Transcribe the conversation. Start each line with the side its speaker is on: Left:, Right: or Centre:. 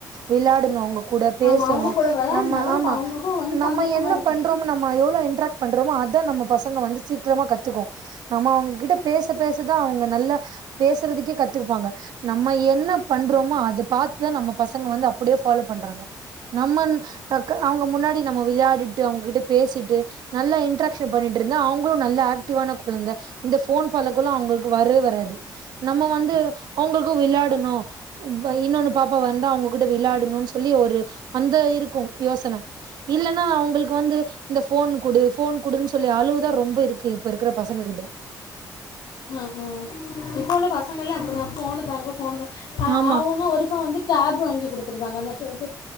Right: விளையாடணும் அவுங் கூட பேசணும்
Left: ஆமா அவங்க கூட விளையாடுனாதான்
Right: நம்ம ஆமா
Left: அப்ப அவங்களுக்கு வந்து
Right: நம்ம
Left: சந்தோஷமா
Right: என்ன
Left: இருக்கும்
Right: பண்றோமோ நம்ம எவ்ளோ இன்ராக்ட் பண்றோமே அதான் நம்ம பச வந்து சீக்கிரமா கத்துக்கும் நம்ம அவங்ககிட்ட பேச பேசதான் அவங்க நல்லா பேசுறதுக்கே கத்து இருப்பாங்க நம்ம என்ன பண்றமோ அதை பாத்துதான் நம்ம பசங்க வந்து அப்டியே ஃபாலோ பண்றாங்க நம்ம க அவங்க முன்னாடி நம்ம விளையாடிட்டு அவங்ககிட்ட பேசிட்டு நல்லா இன்ட்ராகஷன் பண்ணிட்டு இருந்தா அவங்களும் நல்ல ஆக்டிவான குழந்தை இந்த போன் பல குலம் அவங்களுக்கு வரவே வராது நம்ம வந்து அவங்களுக்கும் விளையாடணும் இன்னொன்னு பாப்பா வந்து அவங்க விளையாடணும்னு சொல்லி ஒரு அந்த இருக்கும் யோசனை இல்லைன்னா அவங்களுக்கு வந்து இந்த போன் குடு போன் குடுன்னு சொல்லி அளவுதான் ரொம்ப இருக்கு இப்ப இருக்கிற பசங்க கிட்ட
Left: ஹ ஹ இப்போ உள்ள பசங்கள் எல்லாம் அப்படிதான் போனு தாங்க ஃபோனு தா ஆ
Right: ஆமா
Left: ஆவுன்னா ஒழுங்கா வந்து ஆப் வாங்கி குடுத்துருக்காங்க <unintelligible>